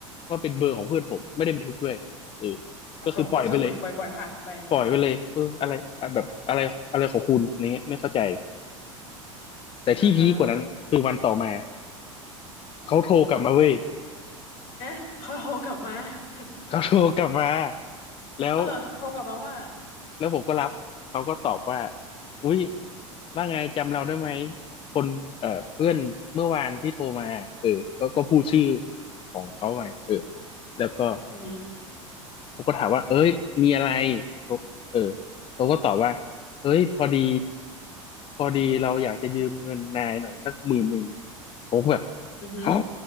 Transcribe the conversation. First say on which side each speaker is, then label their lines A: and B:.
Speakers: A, on the left; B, on the left.
A: ว่าเป็นเบอร์ของเพื่อนผมไม่ได้บันทึกด้วยเออ
B: อ๋อก็ก็คือเหมือนปล่อยๆผ่านไป
A: ก็คือปล่อยไปเลยปล่อยไปเลยเอออะไรอะแบบอะไรอะไรของคุณอะไรเงี้ยไม่เข้าใจแต่ที่พีคกว่านั้นคือวันต่อมา
B: อ่าฮะ
A: เขาโทรกลับมาเว้ย
B: เอ๊ะเขาโทรกลับมา <laughs>
A: เขาโทรกลับมาแล้ว
B: เออโทรกลับมาว่า
A: แล้วผมก็รับเขาก็ตอบว่าอุ้ยว่าไงจำเราได้ไหมคนเอ่อเพื่อนเมื่อวานที่โทรมาเออก็ก็พูดชื่อของเขามาเออแล้วก็
B: อือหื
A: ผมก็ถามว่าเอ้ยมีอะไรเขาเออเขาก็ตอบว่าเอ้ยพอดีพอดีเราอยากจะยืมเงินนายหน่อยสักหมื่นหนึ่งผมก็แบบ
B: ออือหือ
A: ฮะ